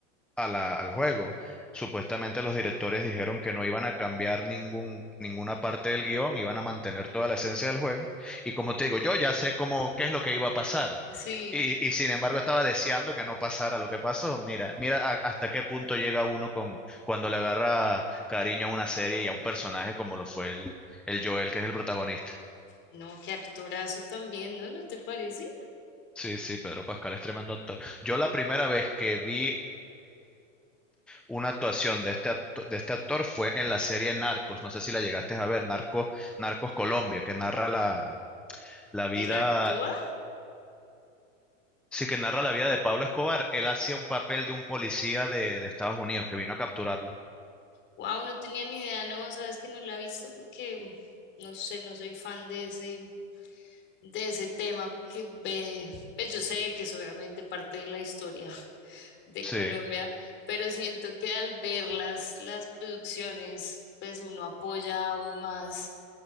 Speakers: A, in the centre; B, on the left.
A: a la- al juego. Supuestamente los directores dijeron que no iban a cambiar ningún, ninguna parte del guión, iban a mantener toda la esencia del juego. Y como te digo, yo ya sé cómo, qué es lo que iba a pasar.
B: Sí,
A: Y, y sin embargo estaba deseando que no pasara lo que pasó. Mira, mira a- hasta qué punto llega uno con cuando le agarra cariño a una serie y a un personaje como lo fue el, el Joel, que es el protagonista.
B: no, qué actorazo también, ¿no? ¿No te parece?
A: Sí, sí, Pedro Pascal es tremendo actor. Yo la primera vez que vi una actuación de este, acto- de este actor fue en la serie Narcos. No sé si la llegaste a ver, Narcos Narcos Colombia, que narra la, la vida,
B: Él actúa
A: sí, que narra la vida de Pablo Escobar. Él hacía un papel de un policía de, de Estados Unidos que vino a capturarlo.
B: Wow, no tenía ni idea, no, sabes que no la he visto porque no sé, no soy fan de ese, de ese tema, porque ve, pues yo sé que es obviamente parte de la historia <laughs> de
A: Sí,
B: Colombia, pero siento que al ver las, las producciones, pues uno apoya aún más